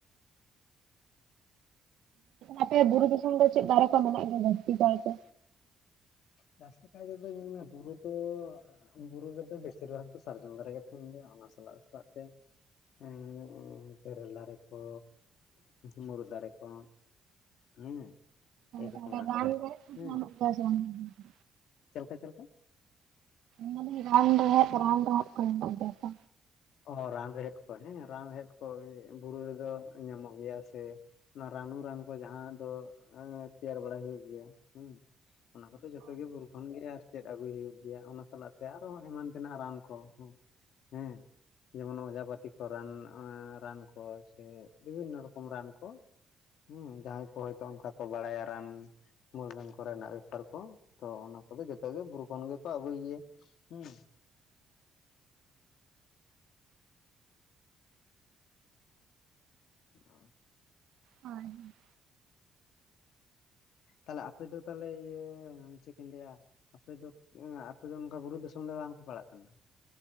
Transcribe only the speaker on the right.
ᱟᱯᱮ ᱵᱩᱨᱩ ᱫᱤᱥᱚᱢ ᱫᱚ ᱪᱮᱫ ᱫᱟᱨᱮ ᱠᱚ ᱢᱮᱱᱟᱜ ᱜᱮᱭᱟ ᱡᱟᱹᱥᱛᱤ ᱠᱟᱭᱛᱮ
ᱛᱟᱦᱚᱞᱮ
ᱨᱟᱱ
ᱨᱮᱦᱮᱫ
<unintelligible>
ᱢᱮᱱᱮᱫ ᱨᱟᱱ ᱨᱮᱦᱮᱫ ᱨᱟᱱ ᱨᱮᱦᱮᱫ ᱠᱚ ᱦᱮᱱᱟᱜ ᱜᱮᱭᱟ ᱥᱮ
ᱦᱳᱭ